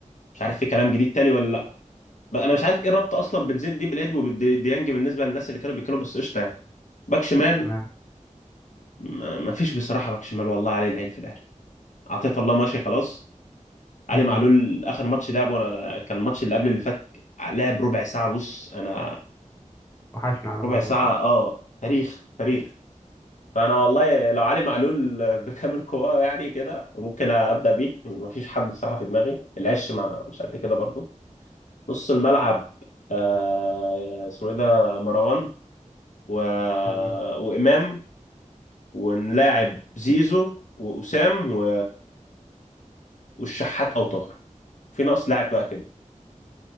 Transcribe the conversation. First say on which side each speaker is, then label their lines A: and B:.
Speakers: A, on the left; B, on the left.
A: مش عارف في كلام جديد تاني ولا لا بقى انا مش عارف ايه الربط اصلا بين زين الدين بالعيد وديانج بالنسبه للناس اللي كانوا بيتكلموا بس قشطه يعني باك شمال
B: تمام
A: ما ما فيش بصراحه باك شمال والله عليه العين في الاهلي عطية الله ماشي خلاص علي
B: مم.
A: معلول اخر ماتش لعبه انا كان الماتش اللي قبل اللي فات لعب ربع ساعه بص انا
B: وحشنا على
A: ربع
B: ميعاد
A: ساعة
B: صح
A: اه تاريخ تاريخ فأنا والله لو علي معلول بكامل قواه يعني كده ممكن أبدأ بيه مفيش حد بصراحة في دماغي العش ما مش قد كده برضو نص الملعب آه اسمه إيه ده مروان و...
B: تمام
A: وإمام ونلاعب زيزو وأسام و... والشحات أو طاهر في ناقص لاعب بقى كده